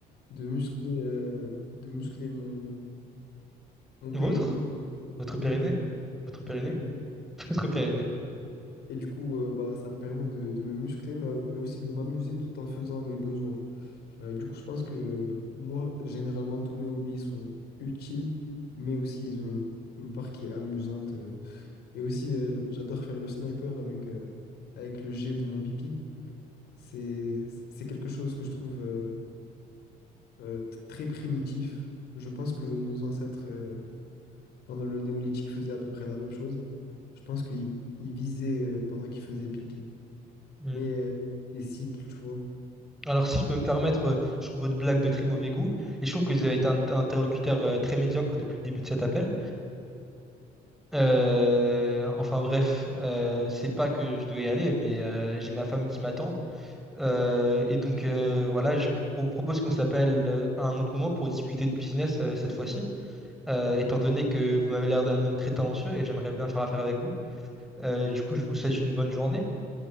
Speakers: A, on the left (about 75°); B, in the centre.
A: de muscler, euh, de muscler mon, mon
B: Votre?
A: périnée.
B: Votre
A: Mon périnée.
B: Pyrénées? Votre Pyrénées?
A: Mon périnée.
B: <laughs> Votre Pyrénées?
A: Et du coup, euh, bah, ça me permet de, de me muscler, mais, mais aussi de m'amuser tout en faisant mes besoins. Euh, du coup, je pense que moi, généralement, tous mes hobbies sont utiles, mais aussi ils ont une, une part qui est amusante. euh. Et aussi, euh, j'adore faire le sniper avec, euh, avec le jet de mon pipi. C'est, c'est quelque chose que je trouve euh, euh, t- très primitif. Je pense que nos ancêtres, euh, pendant le néolithique, faisaient à peu près la même chose. Je pense qu'ils ils visaient euh, pendant qu'ils faisaient pipi.
B: Hmm.
A: mais euh, des cibles, tu vois.
B: Alors, si je peux me permettre, euh, je trouve votre blague de très mauvais goût et je trouve que vous avez été un un interlocuteur euh, très médiocre depuis le début de cet appel. Euh, enfin bref, euh, c'est pas que je devais y aller, mais euh, j'ai ma femme qui m'attend. Euh, et donc euh, voilà, je p- vous propose qu'on s'appelle euh, à un autre moment pour discuter de business euh, cette fois-ci. euh, étant donné que vous m'avez l'air d'un homme très talentueux et j'aimerais bien faire affaire avec vous. Euh, du coup, je vous souhaite une bonne journée.